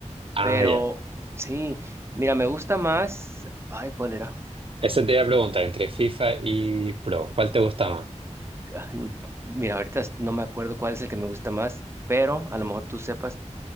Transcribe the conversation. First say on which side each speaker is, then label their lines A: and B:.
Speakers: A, on the right; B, on the right.
A: Ah,
B: pero
A: ya.
B: sí, mira, me gusta más, ay, ¿cuál era?
A: Eso te iba a preguntar, entre FIFA y Pro, ¿cuál te gusta más?
B: ah, n- Mira, ahorita es- no me acuerdo cuál es el que me gusta más, pero a lo mejor tú sepas.